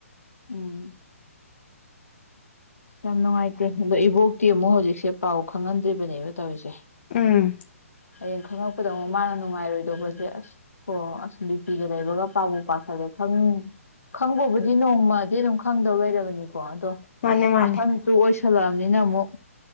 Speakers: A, on the left; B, on the left.
A: ꯎꯝ ꯌꯥꯝ ꯅꯨꯡꯉꯥꯏꯇꯦ ꯑꯗꯣ ꯏꯕꯣꯛꯇꯤ ꯑꯃꯨꯛ ꯍꯧꯖꯤꯛꯁꯦ ꯄꯥꯎ ꯈꯪꯍꯟꯗ꯭ꯔꯤꯕꯅꯦꯕ ꯇꯧꯔꯤꯁꯦ
B: ꯎꯝ
A: ꯍꯌꯦꯡ ꯈꯉꯛꯄꯗ ꯑꯃꯨꯛ ꯃꯥꯅ ꯅꯨꯡꯉꯥꯏꯔꯣꯏ ꯧꯕꯁꯦ ꯑꯁ ꯀ ꯑꯁ ꯅꯨꯄꯤꯒ ꯂꯩꯕꯒ ꯄꯥꯕꯨ ꯄꯥꯈꯠꯂꯦ ꯈꯪ ꯈꯪꯕꯕꯨꯗꯤ ꯅꯣꯡꯃ ꯑꯗꯨ ꯑꯗꯨꯝ ꯈꯪꯗꯧ ꯂꯩꯔꯕꯅꯤꯀ ꯀꯗꯣ
B: ꯃꯥꯅꯦ ꯃꯥꯅꯦ
A: ꯑꯍꯟ ꯇ ꯑꯣꯏ ꯆꯂꯑꯅꯤꯅ ꯑꯃꯨꯛ